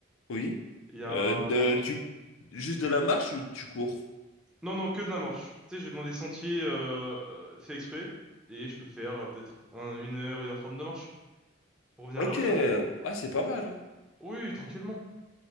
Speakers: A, on the left; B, in the centre.
A: oui,
B: Il y a
A: Euh, de- tu, juste de la marche ou tu cours?
B: Non, non, que de la marche. Tu sais, je vais dans des sentiers euh, faits exprès, et je peux faire euh, peut-être un, une heure, une heure trente de marche pour revenir
A: Ok,
B: à la voiture.
A: ah, c'est pas mal, hein.
B: Oui, tranquillement.